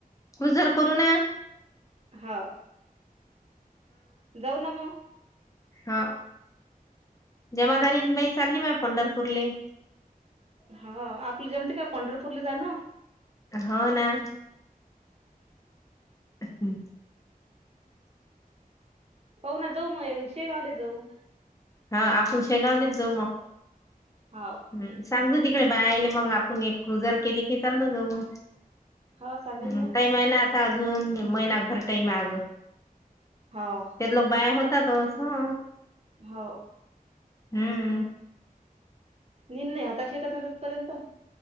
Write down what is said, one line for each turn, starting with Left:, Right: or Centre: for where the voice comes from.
Left: गुजर करू ना
Right: हो. जाऊ ना म.
Left: हा जमादारीन बाई चालली बा पंढरपूरले.
Right: हा आपल जमती का पंढरपूरले जान?
Left: हो ना. हम्म.
Right: पाहू ना जाऊ मग यावेळेस शेगावले जाऊ.
Left: हा आपण शेगावलेच जाऊ मग.
Right: हो.
Left: हम् सांगतू तिकडे बायले मग आपण एक क्रुजर केली की चाललं जाऊ.
Right: हो सांगेन
Left: हम टाईम आहे ना आता अजून महिनाकभर टाईम आहे अजून.
Right: हो.
Left: त्यात लोक बाया होतातच हा.
Right: हो.
Left: हम्म.
Right: निंद नाही आता शेतात ना ततपर्यंत.